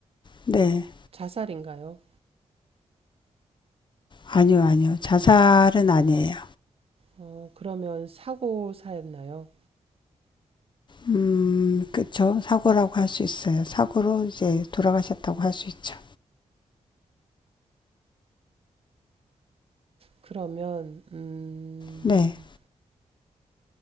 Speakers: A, on the left; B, on the right.
A: 네.
B: 자살인가요?
A: 아니요, 아니요. 자살은 아니에요.
B: 어, 그러면 사고사였나요?
A: 음, 그쵸. 사고라고 할 수 있어요. 사고로 이제 돌아가셨다고 할 수 있죠.
B: 그러면, 음,
A: 네,